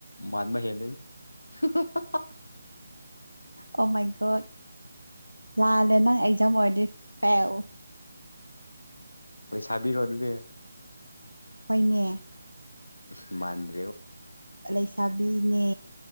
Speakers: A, on the left (about 70°); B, on the left (about 80°).
A: ꯃꯥꯟꯕ ꯍꯦꯜꯂꯤ <unintelligible>
B: ꯑꯣ ꯃꯥꯏ ꯒꯣꯠ ꯂꯥꯜꯂꯦ ꯅꯪ ꯑꯦꯛꯖꯥꯝ ꯑꯣꯏꯔꯗꯤ ꯐꯦꯜ
A: ꯂꯩ ꯁꯥꯕꯤꯔꯣ ꯑꯗꯨꯗꯤ
B: ꯍꯣꯏꯅꯦ
A: ꯃꯥꯟꯗꯦ
B: ꯂꯩꯁꯥꯕꯤꯅꯦ